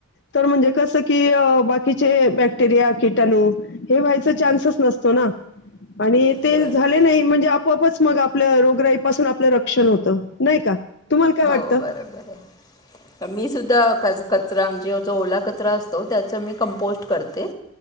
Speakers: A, on the left (about 50°); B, on the left (about 20°).
A: तर म्हणजे कस की बाकीचे बॅक्टेरिया किटाणू हे व्हायचा चान्सस नसतो ना. आणि ते
B: बरं
A: झाले नाही म्हणजे आपोआपच मग आपल्या रोगराईपासून आपलं रक्षण होतं नाही का तुम्हाला काय वाटतं
B: हो बरोबर आहे मी सुद्धा कचरा म्हणजे जो ओला कचरा असतो त्याच मी कंपोस्ट करते.